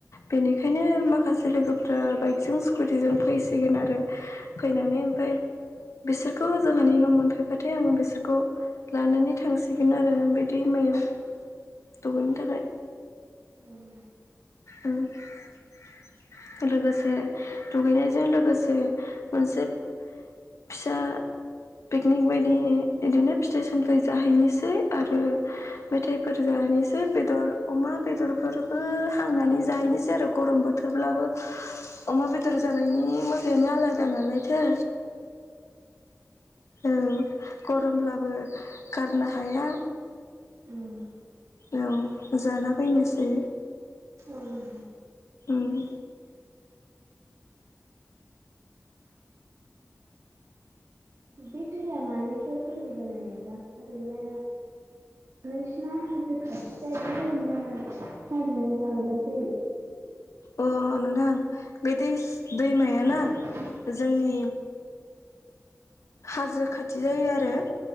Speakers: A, on the left (about 65°); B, on the right (about 80°).
A: बेनिखायनो माखासे लोगोफ्रा बाइकजों स्कुटिजों फैसिगोन आरो। फैनानै
B: औ
A: ओमफ्राय बिसोरखौ जोंहानि न' मोनफैबाथाय आं बिसोर खौ लानानै थांसिगोन आरो बे दैमायाव दुगैनो थाखाय।
B: ओम।
A: ओम लोगोसे दुगैनायजों लोगोसे मोनसे फिसा पिकनिक बायदि इदिनो फिथाइ सामथाइ जाहैनोसै आरो मेथाइफोर जानोसै बेदर अमा बेदरफोरबो थांनानै जाहैनोसै आरो गरम बोथोरब्लाबो अमा बेदर जानायनि मजायानो आलादा नालायथो औ गरमब्लाबो गारनो हाया
B: ओम
A: औ जाना फैनोसै
B: ओम।
A: उम
B: बे दैया मानिफ्राय बोहैबोनाय नोंथां? ओरैनो नोंसिना हाजो खाथि जायो ना हाजोनि जानगार जायो?
A: अ नोंथां बे दैस दैमायाना
B: औ
A: जोंनि
B: औ
A: हाजो खाथि जायो आरो